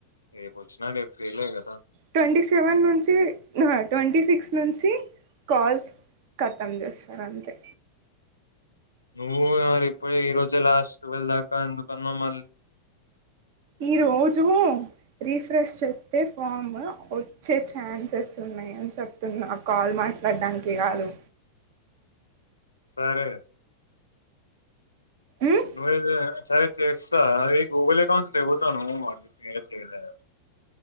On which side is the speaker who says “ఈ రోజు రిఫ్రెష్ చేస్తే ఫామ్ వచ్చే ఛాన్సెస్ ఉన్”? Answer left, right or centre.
Right